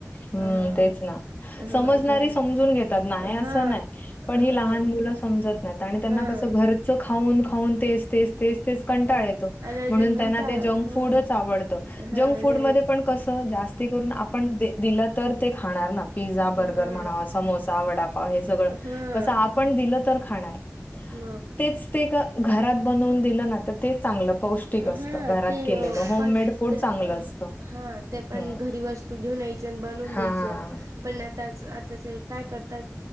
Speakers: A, on the left; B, on the right.
A: हम्म,
B: हा
A: तेच ना
B: हा
A: समजणारी
B: घर
A: समजून घेतात. नाही असं
B: हा
A: नाय. पण ही
B: हा
A: लहान मुलं समजत नाहीत, आणि त्यांना
B: हा
A: कसं घरचं खाऊन खाऊन तेच तेच तेच. तेच कंटाळ
B: हा
A: येतो,
B: आणि अजून
A: म्हणून
B: म्हणता
A: त्यांना ते जंक
B: हा
A: फूडच आवडत.
B: हा
A: जंक
B: आणि
A: फूडमध्ये पण कसं जास्ती करून, आपण दिलं तर ते खाणार ना. पिझ्झा बर्गर
B: हा
A: म्हणा, समोसा वडापाव हे सगळं
B: हा
A: कसं, आपण दिलं तर खाणार.
B: मग.
A: तेच ते क- घरात बनवून दिलं, ना तर तेच चांगलं पौष्टिक असतं,
B: हा
A: घरात
B: ते
A: केलेलं होममेड
B: पण
A: फूड
B: ते
A: चांगलं असतं.
B: हा ते पण
A: हं,
B: घरी वस्तू घेऊन यायच, आणि बनवून
A: हां.
B: द्यायचं. पण आताच आता काय करताय,